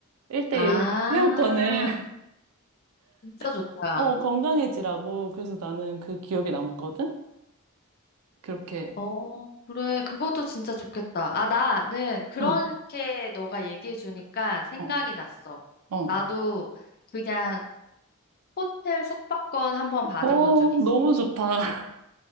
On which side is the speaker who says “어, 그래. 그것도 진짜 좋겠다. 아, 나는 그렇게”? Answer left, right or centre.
Left